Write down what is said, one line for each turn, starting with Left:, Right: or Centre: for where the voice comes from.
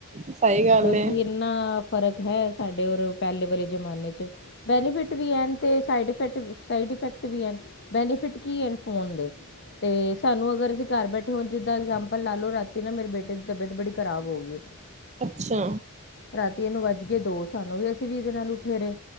Right: ਸਹੀ ਗੱਲ
Left: ਮਤਲਬ
Right: ਏ
Left: ਕਿ ਇਹ ਇੰਨਾ ਫ਼ਰਕ ਹੈ, ਸਾਡੇ ਔਰ ਪਹਿਲੇ ਵਾਲੇ ਜ਼ਮਾਨੇ 'ਚ ਬੈਨਿਫਿਟ ਵੀ ਹਨ ਅਤੇ ਸਾਈਡ ਇਫੈਕ, ਸਾਈਡ ਇਫੈਕਟ ਵੀ ਹਨ ਬੈਨੀਫਿਟ ਕੀ ਹਨ ਫੋਨ ਦੇ? ਤੇ ਸਾਨੂੰ ਅਗਰ ਅਸੀਂ ਘਰ ਬੈਠੇ ਹੋੁਣ ਜਿੱਦਾਂ ਇਗਜਾਮਪਲ ਲਾ ਲੋ ਰਾਤੀ ਨਾ ਮੇਰੇ ਬੇਟੇ ਦੀ ਤਬੀਅਤ ਬੜੀ ਖਰਾਬ ਹੋ ਗਈ।
Right: ਅੱਛਾ।
Left: ਰਾਤੀ ਇਹਨੂੰ ਵੱਜ ਗਏ ਦੋ ਸਾਨੂੰ ਵੀ ਅਸੀਂ ਵੀ ਇਹਦੇ ਨਾਲ ਉੱਠੇ ਰਹੇ।